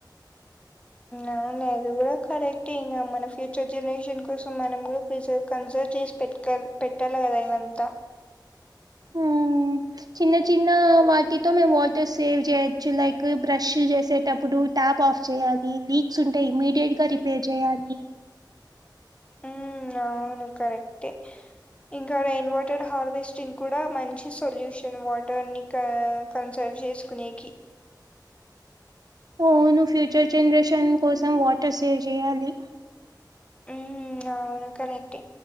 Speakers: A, on the left; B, on the right.
A: అవును అది కూడా కరెక్టే ఇంగ మన ఫ్యూచర్ జనరేషన్ కోసం మనం కూడా ప్రిజ కంజోర్ చేస్ పెట్కల్ పెట్టలగాద ఇవ్వంత
B: ఉ చిన్న చిన్న వాటితో మేము సేవ్ చేయొచ్చు లైక్ బ్రష్ చేసేటప్పుడు ట్యాప్ ఆఫ్ చేయాలి లీక్స్ ఉంటేయి ఇమీడియట్ గా రి పేర్ చేయాలి
A: ఉమ్ అవును కరెక్టే ఇంకా రైన్ వాటర్ హార్వెస్టింగ్ కూడా మంచి సొల్యూషన్ వాటర్ నిక పంచాజ్ చేసుకునేకి
B: ఓ నువ్ ఫ్యూచర్ జనరేషన్ కోసం వాటర్ సేవ్ చేయాలి
A: ఉ అవును కరెక్టే